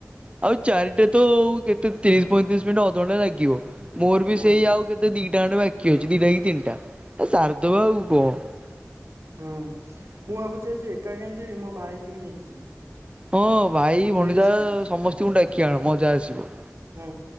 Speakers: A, on the right; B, on the right.
A: ଆଉ ଚାରିଟା ତ କେତେ ତିରିଶ ପଇଁତିରିଶ ମିନିଟ ଅଧ ଘଣ୍ଟା ଲାଗିବ । ମୋର ବି
B: ହୁଁ
A: ସେଇ ଆଉ କେତେ ଦି ଦିଟା ଖଣ୍ଡେ ବାକି ଅଛି ଦିଟା କି ତିନଟା ଏ ସାରିଦବା ଆଉ କଣ ।
B: ହଁ ମୁଁ ଭାବୁଛି ଆଜି ଏକା କାଇଁ ଯିବି ମୋ ଭାଇକ ବି ନେଇକି ଯିବି।
A: ହଁ ଭାଇ ଭଣଜା
B: ପ୍ରିନ୍ସ କୁ
A: ସମସ୍ତଙ୍କୁ ଡାକି ଆଣ। ମଜା ଆସିବ।
B: ହୁଁ